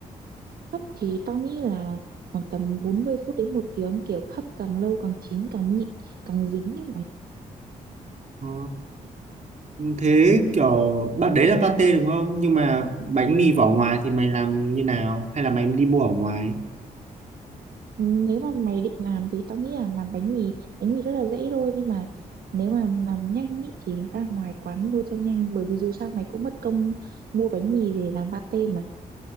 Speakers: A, on the right; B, on the right.
A: Hấp thì tao nghĩ là khoảng tầm 40 phút đến một tiếng kiểu hấp càng lâu càng chín càng nhịn càng dính ấy mày.
B: Ồ, thế kiểu bạn đấy là pate đúng không nhưng mà bánh mì vỏ ngoài thì mày làm như nào hay là mày đi mua ở ngoài
A: Nếu mà mày định làm thì tao nghĩ là làm bánh mì, bánh mì rất là dễ thôi nhưng mà nếu mà làm nhanh ý, thì ra ngoài quán mua cho nhanh bởi vì dù sao mày cũng mất công mua bánh mì để làm pate mà